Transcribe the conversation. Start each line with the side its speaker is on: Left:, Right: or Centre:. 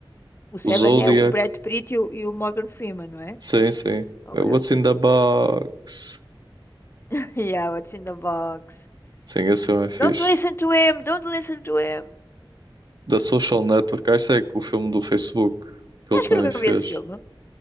Left: O
Right: o
Left: Seven
Right: Zodiac.
Left: é o Brad Pitt e o, e o Morgan Freeman, não é?
Right: Sim, sim.
Left: Ok,
Right: Uh, What's
Left: ok.
Right: in the Box?
Left: <laughs> Yeah, what's in the box?
Right: Sim, esse filme é fixe.
Left: Don't listen to him, don't listen to him.
Right: Da Social Network. Ah, isto é que o filme do Facebook que ele
Left: Acho
Right: também
Left: que eu nunca
Right: fez.
Left: vi esse filme.